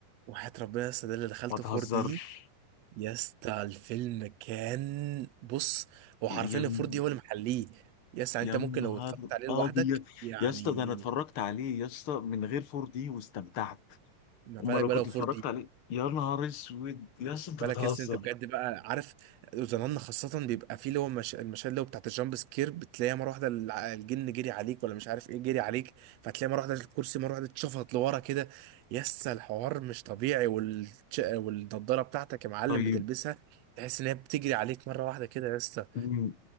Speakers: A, on the right; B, on the left.
A: وحياة ربنا يا اسطى ده اللي دخلته
B: ما تهزرش
A: 4 دي يا اسطى الفيلم كان بص هو
B: يلا
A: حرفيا 4 دي هو اللي محليه يا اسطى يعني
B: يا
A: أنت
B: نهار
A: ممكن لو اتفرجت عليه لوحدك
B: ابيض
A: يعني
B: يا اسطى ده انا اتفرجت عليه يا اسطى من غير 4 دي واستمتعت
A: ما بالك
B: امال لو
A: بقى
B: كنت
A: لو 4
B: اتفرجت
A: دي
B: عليه يا نهار اسود يا اسطى انت
A: بالك
B: بتهزر
A: يا اسطى انت بجد بقى عارف زمان خاصة بيبقى فيه اللي هو المش... المشاهد اللي هو بتاعت الجامب سكير بتلاقيها مرة واحدة الع- الجن جري عليك ولا مش عارف ايه جري عليك فتلاقي مرة واحدة الكرسي مرة واحدة اتشفط لورا كده يا اسطى الحوار مش طبيعي والش... والنضارة بتاعتك يا معلم
B: طيب
A: بتلبسها تحس ان هي بتجري عليك مرة واحدة كده يا اسطى
B: مم.